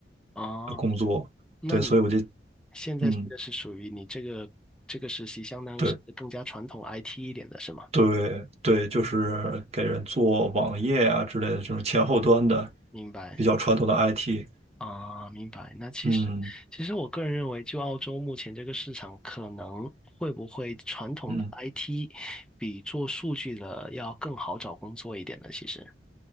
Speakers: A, in the centre; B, on the right.
A: 哦，
B: 呃工作，
A: 那你
B: 对，所以我就
A: 现在这个是属于你这个这个实习，
B: 嗯。
A: 相当于是更加传统
B: 对。
A: IT 一点的是吗？
B: 对对，就是给人做网页啊之类的这种前后端的
A: 明白。
B: 比较传统的 IT。
A: 啊，明白。那其实，
B: 嗯
A: 其实我个人认为，就澳洲目前这个市场，可能会不会传统的
B: 嗯，
A: IT 比做数据的要更好找工作一点呢？其实，